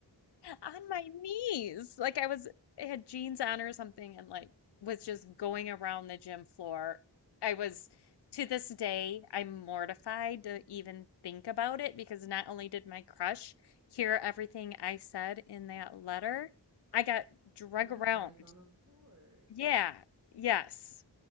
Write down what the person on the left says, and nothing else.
on my knees. Like I was I had jeans on or something and like was just going around the gym floor. I was to this day I'm mortified to even think about it because not only did my crush hear everything I said in that letter, I got drug
around
Yeah. Yes.